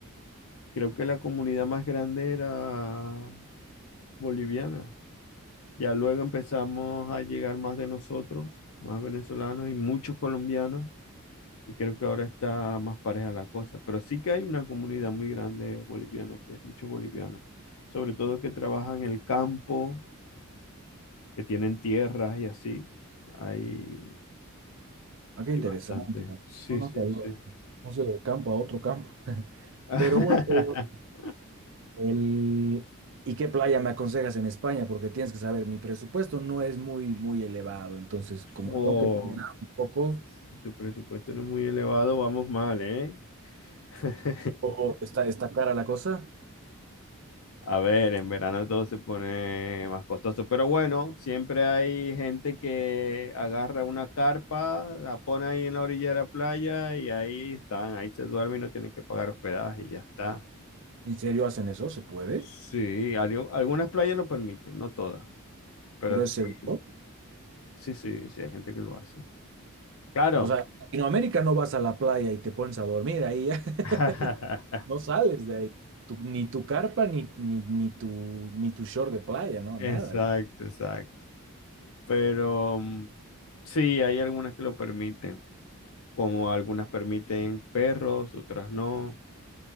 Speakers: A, on the left; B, on the right.
A: creo que la comunidad más grande era boliviana. Ya luego empezamos a llegar más de nosotros, más venezolanos y muchos colombianos, y creo que ahora está más pareja la cosa. Pero sí que hay una comunidad muy grande boliviana aquí, hay muchos bolivianos, sobre todo que trabajan en el campo, que tienen tierras y así. Hay,
B: Ah, qué
A: hay
B: interesante.
A: bastante. Sí,
B: No, no
A: sí,
B: sabía.
A: sí.
B: No sé, del campo a otro campo. <laughs>
A: <laughs>
B: Pero una pregunta, el... ¿y qué playa me aconsejas en España? Porque tienes que saber, mi presupuesto no es muy, muy elevado, entonces como
A: Oh,
B: tengo que terminar un poco,
A: si tu presupuesto no es muy elevado, vamos mal, ¿eh? <laughs>
B: o, o está, está cara la cosa.
A: A ver, en verano todo se pone más costoso, pero bueno, siempre hay gente que agarra una carpa, la pone ahí en la orilla de la playa y ahí están, ahí se duermen y no tienen que pagar hospedaje y ya está.
B: ¿En serio hacen eso? ¿Se puede?
A: Sí, algu- algunas playas lo permiten, no todas, pero
B: ¿Pero
A: sí,
B: es seguro?
A: sí, sí, sí, hay gente que lo hace. Claro.
B: O sea, en Latinoamérica no vas a la playa y te pones a dormir ahí, <laughs>
A: <laughs>
B: no sales de ahí. Tu- ni tu carpa, ni, ni, ni tu, ni tu short de playa, no,
A: Exacto,
B: nada.
A: exacto. Pero mm, sí, hay algunas que lo permiten, como algunas permiten perros, otras no.